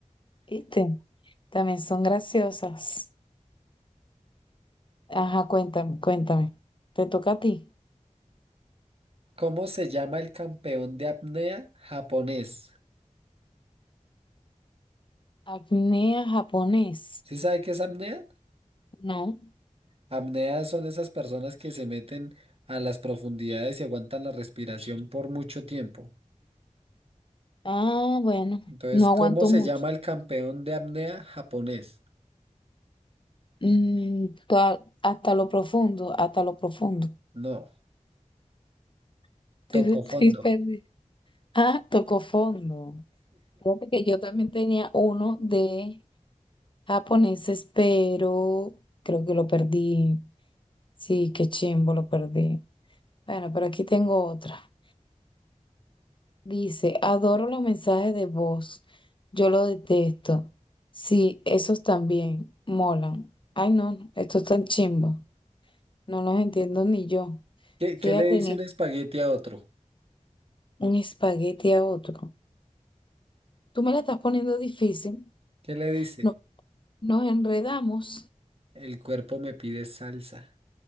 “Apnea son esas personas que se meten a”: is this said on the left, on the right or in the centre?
Right